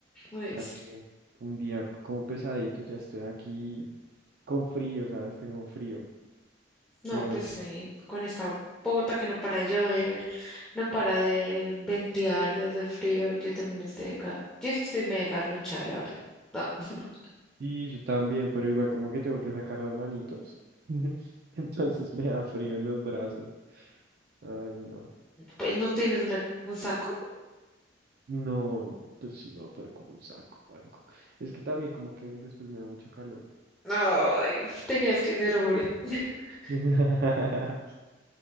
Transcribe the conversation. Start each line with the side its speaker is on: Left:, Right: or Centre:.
Centre: Pues,
Right: También un día como pesadito, ya estoy aquí con frío, ¿sabes? Tengo frío,
Centre: no,
Right: pero
Centre: pues
Right: bueno.
Centre: eh, con esta Bogotá que no para de llover, no para de ventear, de hacer frío, yo también estoy acá. Yo sí estoy mega garrunchada, la verdad. No, <laughs>
Right: Sí, yo también, pero igual como que tengo que sacar las manitos. <laughs> Entonces me da frío en los brazos. Ay, no.
Centre: pues no tienes una, un saco.
Right: No, pero sí me va a poner como un saco o algo. Es que también como que después me da mucho calor.
Centre: Ay, tenías que ser hombre. <laughs>
Right: <laughs>